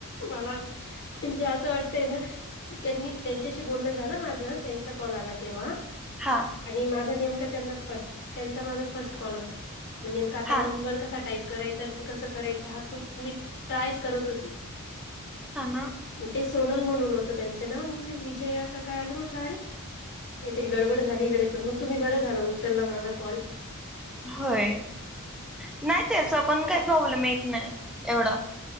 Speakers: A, on the left; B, in the centre.
A: मला- म्हणजे असं वाटतयं ना! की त्यांनी त्यांच्याशी बोलणं झालं माझं, त्यांचा कॉल आला तेव्हा.
B: हां
A: आणि माझा नेमका त्यांना फर्स्ट, त्यांचा माझा फर्स्ट कॉल होता. म नेमका आता
B: हा
A: नंबर कसा- टाईप करायच आणि कसं करायचं, हा तू मी ट्रायच करत होती.
B: हा ना
A: ते सोनलं म्हणून होतं त्यांचं नाव, इथे विजया का काय आलं म्हटलं अरे! ''काहीतरी गडबड झालीगडे, पण मग तुम्ही बरं झालं उचलला माझा कॉल, ''
B: होय, नाही त्याचा पण काही प्रॉब्लेम येत नाही एवढा,